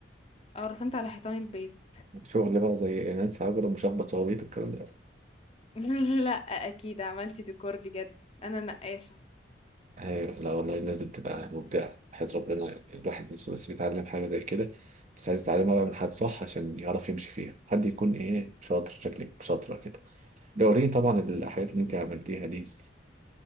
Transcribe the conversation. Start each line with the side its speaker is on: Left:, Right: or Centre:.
Left: اه رسمت على حيطان البيت
Right: شغل بقى زي نانسي عجرم ومشبط صوابيط والكلام ده
Left: <laughs> لا اكيد عملت ديكور بجد انا نقاشه
Right: ايوه لا والله الناس دي بتبقى مبدعة حياة ربنا يعني الواحد نفسه بس بيتعلم حاجة زي كده بس عايز يتعلمها بقى من حد صح عشان يعرف يمشي فيها حد يكون ايه شاطر شكلك شاطرة كده دورين طبعا الحاجات اللي انت عملتيها دي